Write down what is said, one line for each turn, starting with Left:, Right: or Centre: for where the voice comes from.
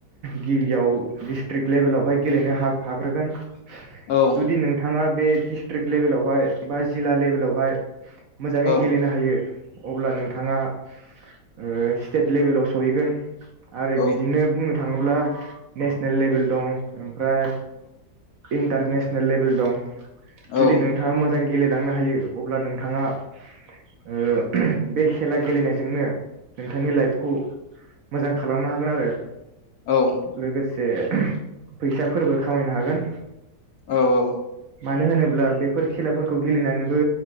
Right: गिबियाव डिस्ट्रिक लेभेलावहाय गेलेनो हाग्रोगोन।
Left: औ
Right: जुदि नोंथाङा। बे डिस्ट्रिक लेभेलावहाय बा जिल्ला लेभेलावहाय। मोजाङै
Left: औ
Right: गेलेनो हायो। अब्ला नोंथाङा ओ स्टेट लेभेलाव सहैगोन। आरो
Left: औ
Right: बिदिनो बुङो। थाङोब्ला नेसनेल लेभेल दं ओमफ्राय इन्टारनेसनेल लेभेल दं।
Left: औ
Right: जुदि नोंथाङा मोजां। मोजां गेलांनो हायो अब्ला नों। नोंथाङा ओ बे खेला गेलेनायजोंनो नोंथांनि लाइफखौ मोजां खालामनो हागोन आरो।
Left: औ
Right: लोगोसे। से फैसाफोरबो खामायनो हागोन।
Left: औ औ।
Right: मानो होनोब्ला बेफोर खेलाफोरखौ गेलेनानैबो।